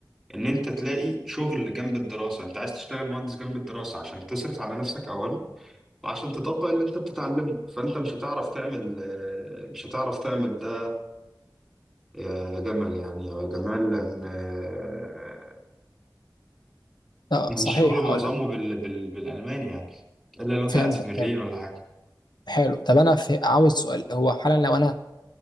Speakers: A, in the centre; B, on the left.
A: ان انت تلاقي شغل جنب الدراسه انت عايز تشتغل مهندس جنب الدراسه عشان تصرف على نفسك اولا وعشان تطبق اللي انت بتتعلمه فانت مش هتعرف تعمل آه، مش هتعرف تعمل ده يا جمل يعني او يا جمال لان آه،
B: آه،
A: يعني
B: صحيح
A: الشغل معظمه
B: اقول لك
A: بال... بال... بالالماني يعني الا لو انت
B: فهمتك
A: قاعد في برلين
B: فهمت.
A: ولا حاجه
B: حلو طب انا في... عاوز سؤال هو حالا لو انا